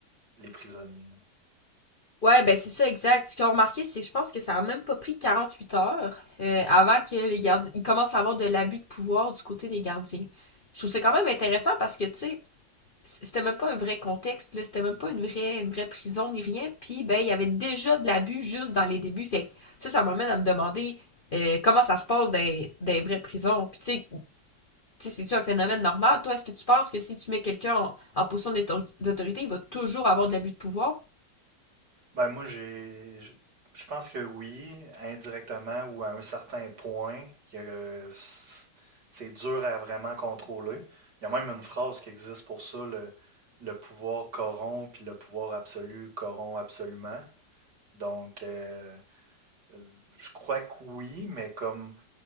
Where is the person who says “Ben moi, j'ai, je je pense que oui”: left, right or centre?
Right